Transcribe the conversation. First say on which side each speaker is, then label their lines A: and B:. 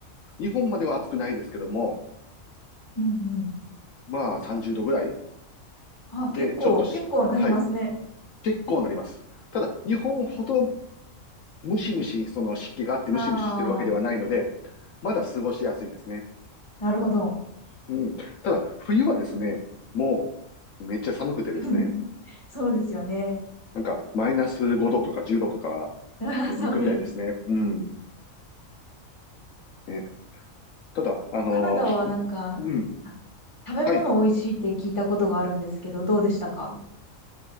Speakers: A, on the left; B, on the left.
A: 日本までは暑くないですけども、
B: うんうん。
A: まあ30度ぐらい
B: あー、
A: で、
B: 結構、
A: ちょっとし、
B: 結構なりますね。
A: はい、結構なります。ただ、日本ほどムシムシ、その湿気があってムシムシしてるわけではないので、
B: ああ、
A: まだ過ごしやすいですね。
B: なるほど。
A: うん。ただ、冬はですね、もうめっちゃ寒くてですね、
B: <laughs> そうですよね。
A: なんかマイナス5度とか10度とか、
B: <laughs> あー寒い。
A: 普通に行くみたいですね。うん。ね、ただ、あのーうん。
B: カナダはなんか、あ、食べ物美味しいって聞いたことがあるんですけど、
A: はい。
B: どうでしたか